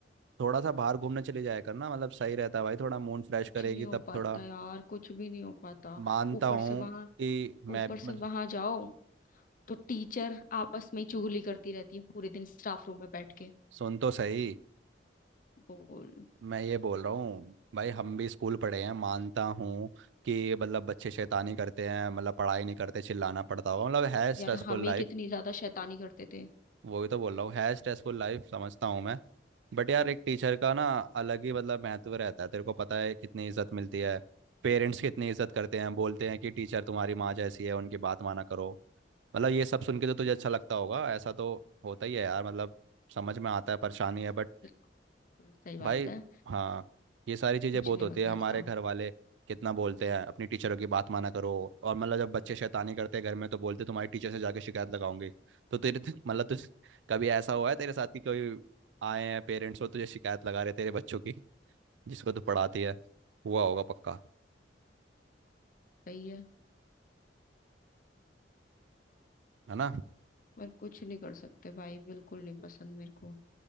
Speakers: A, on the right; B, on the left.
A: थोड़ा सा बाहर घूमने चले जाया कर ना मतलब सही रहता है भाई थोड़ा मूड फ्रेश
B: कुछ
A: करेगी
B: नहीं हो
A: तब
B: पाता
A: थोड़ा
B: यार कुछ भी नहीं हो पाता
A: मानता
B: ऊपर
A: हूँ
B: से वहां
A: कि मैं
B: ऊपर से
A: मतलब
B: वहां जाओ तो टीचर आपस में ही चुगली करती रहती है पूरे दिन स्टाफ रूम में बैठ के
A: सुन तो सही
B: बोल
A: मैं ये बोल रहा हूँ भाई हम भी स्कूल पढ़े हैं मानता हूँ कि मतलब बच्चे शैतानी करते हैं मतलब पढ़ाई नहीं करते चिल्लाना पड़ता होगा मतलब है स्ट्रेसफुल
B: यार हम ही
A: लाइफ
B: कितनी ज्यादा शैतानी करते थे
A: वही तो बोल रहा हूँ है स्ट्रेसफुल लाइफ समझता हूँ मैं बट यार एक टीचर का ना अलग ही मतलब महत्व रहता है तेरे को पता है कितनी इज्जत मिलती है पेरेंट्स कितनी इज्जत करते हैं बोलते हैं कि टीचर तुम्हारी माँ जैसी है उनकी बात माना करो मतलब ये सब सुन के तो तुझे अच्छा लगता होगा ऐसा तो होता ही है यार मतलब समझ में आता है परेशानी है बट
B: हाँ, बिल्कुल बिल्कुल सही बात
A: भाई
B: है
A: हाँ ये सारी चीज़ें
B: कुछ
A: बहुत
B: नहीं
A: होती
B: होता
A: है हमारे
B: ऐसा
A: घर वाले कितना बोलते हैं अपनी टीचरों की बात माना करो और मतलब जब बच्चे शैतानी करते हैं घर में तो बोलते तुम्हारी टीचर से जाके शिकायत लगाऊंगी तो तेरे <laughs> मतलब तुझ कभी ऐसा हुआ है तेरे साथ कि कोई आए हैं पेरेंट्स और तुझे शिकायत लगा रहे तेरे बच्चों की जिसको तू पढ़ाती है हुआ होगा पक्का
B: सही है
A: है ना
B: पर कुछ नहीं कर सकते भाई बिल्कुल नहीं पसंद मेरे को